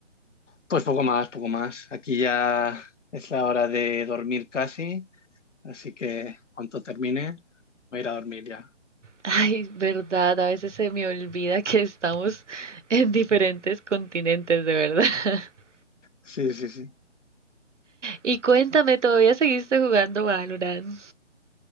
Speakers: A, on the left; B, on the right.
A: Pues poco más, poco más. Aquí ya es la hora de dormir casi, así que cuando termine voy a ir a dormir ya.
B: Ay, verdad, a veces se me olvida que estamos en diferentes continentes, de verdad. <laughs>
A: Sí, sí, sí.
B: Y cuéntame, ¿todavía seguiste jugando Valorant?